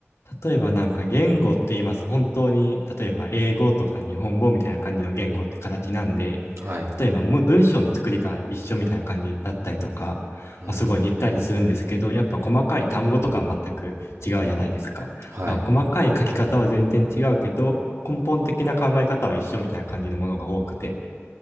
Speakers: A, on the left (about 70°); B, on the right (about 75°).
A: 例えばなんか言語って言います。本当に、例えば英語とか日本語みたいな感じの言語って形なんで、
B: はい
A: 例えばもう文章の作りが一緒みたいな感じだったりとか、
B: うん
A: まあ、すごい似たりするんですけど、やっぱ細かい単語とかは全く違うじゃないですか。
B: はい
A: だから細かい書き方は全然違うけど、根本的な考え方は一緒みたいな感じのものが多くて、